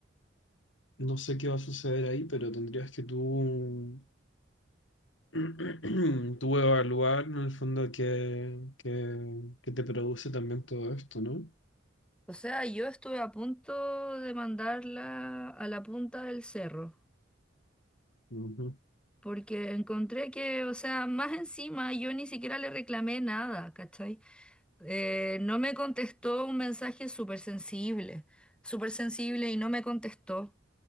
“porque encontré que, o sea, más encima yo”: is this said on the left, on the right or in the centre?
Centre